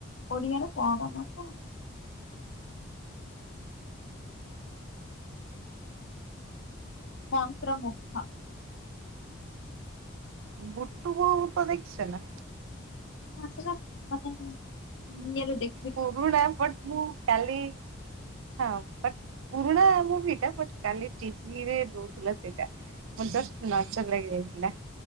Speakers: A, on the left; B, on the right.
A: ଓଡ଼ିଆରେ କଣ ନାଁ ତ? <inaudible> ମନ୍ତ୍ରମୁଗ୍ଧ।
B: ବୁଟୁ ବୋଉ ଭୂତ ଦେଖିଛ ନା?
A: ନା ସେଟା ମାନେ ଉଁ ଇଏରେ ଦେ
B: ପୁରୁଣା ବଟ ମୁୁଁ କାଲି। ହଁ ବଟ ପୁରୁଣା ମୁଭିଟା ବଟ କାଲି ଟିଭିରେ ଦଉଥୁଲା ସେଇଟା। ମତେ ନଜର ଲାଗି ଯାଇଥିଲା।